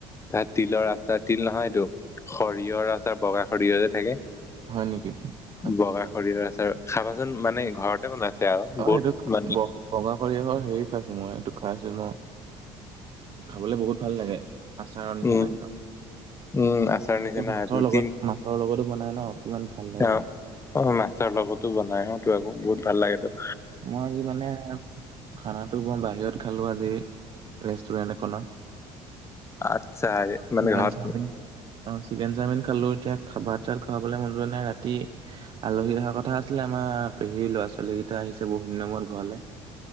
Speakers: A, on the left; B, on the right.
A: তাত তিলৰ আচাৰ, তিল নহয় এইটো সৰিয়হৰ আচাৰ, বগা সৰিয়হ যে থাকে।
B: হয় নেকি? আচ্ছা,
A: বগা সৰিয়হ আচাৰ, খাবাচোন মানে ঘৰতে বনাইছে আৰু
B: অ',
A: বহুত
B: এইটো
A: মানে
B: ব বগা সৰিয়হৰ হেৰি খাইছোঁ মই এইটো খাইছোঁ ন' খাবলে বহুত ভাল লাগে। আচাৰৰ নিচিনা
A: উম
B: একদম।
A: উম, আচাৰ নিচিনা
B: মাছৰ
A: হয় দুই
B: লগত
A: তিন
B: মাছৰ লগতো বনাই ন' কিমান ভাল লাগে
A: অ',
B: খাই।
A: অ' মাছৰ লগতো বনাই হয়তো আকৌ বহুত ভাল লাগে তাত।
B: মই আজি মানে খানাটো মই বাহিৰত খালোঁ আজি। ৰেষ্টুৰেণ্ট এখনত।
A: আচ্ছা। মানে
B: চিকেন
A: ঘৰত
B: চাওমিন, অ' চিকেন চাওমিন খেলোঁ এতিয়া ভাত চাত খাৱাবলৈ মন যোৱা নাই ৰাতি আলহী অহাৰ কথা আছিলে আমাৰ, পেহীৰ ল'ৰা ছোৱালী কেইটা আহিছে, বহুত দিনৰ মূৰত ঘৰলে।